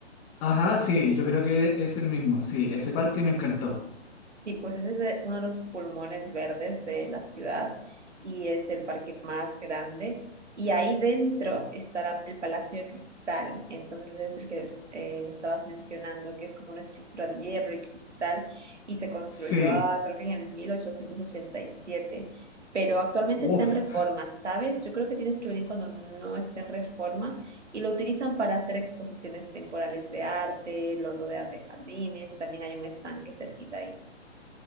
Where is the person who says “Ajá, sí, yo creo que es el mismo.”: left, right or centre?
Left